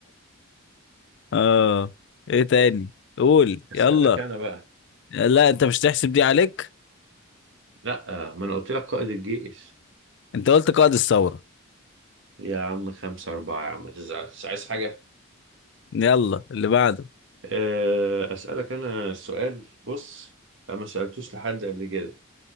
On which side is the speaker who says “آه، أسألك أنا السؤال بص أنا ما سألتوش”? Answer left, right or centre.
Right